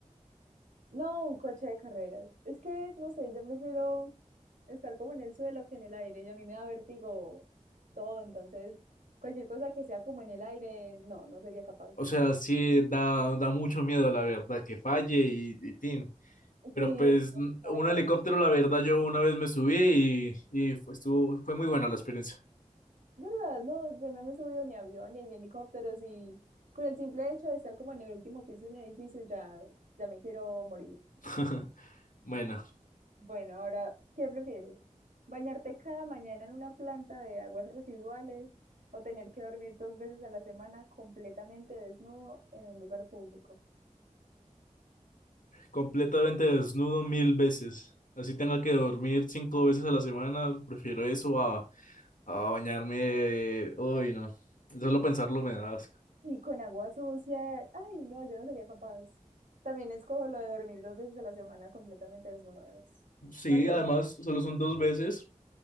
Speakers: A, on the right; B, on the left.
A: No, un coche de carreras. Es que, no sé, yo prefiero estar como en el suelo que en el aire y a mí me da vértigo todo, entonces cualquier cosa que sea como en el aire, no, no sería capaz.
B: O sea, sí da, da mucho miedo, la verdad, que falle y, y tin. Pero
A: Sí,
B: pues
A: de pronto
B: n-
A: caiga.
B: un helicóptero, la verdad, yo una vez me subí y, y fue, estuvo- fue muy buena la experiencia.
A: ¿Verdad? No, yo no me he subido ni a aviones ni a helicópteros y con el simple hecho de estar como en el último piso de un edificio ya, ya me quiero morir.
B: <laughs> Bueno,
A: Bueno, ahora, ¿qué prefieres? ¿Bañarte cada mañana en una planta de aguas residuales o tener que dormir dos veces a la semana completamente desnudo en un lugar público
B: completamente desnudo mil veces. Así tenga que dormir cinco veces a la semana, prefiero eso a, a bañarme. Uy, no. Solo pensarlo me da asco.
A: y con agua sucia? Ay, no, yo no sería capaz. También escojo lo de dormir dos veces a la semana completamente desnudo.
B: Sí,
A: Más bien,
B: además, solo son dos veces.